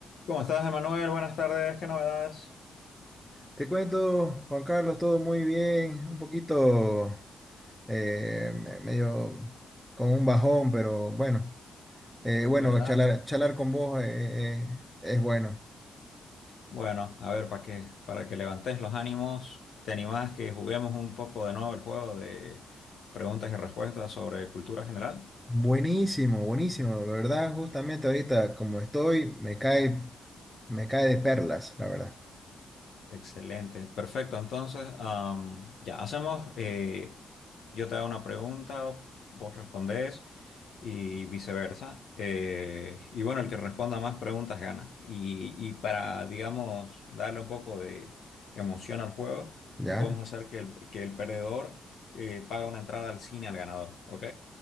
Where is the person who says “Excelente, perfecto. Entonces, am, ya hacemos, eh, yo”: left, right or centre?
Left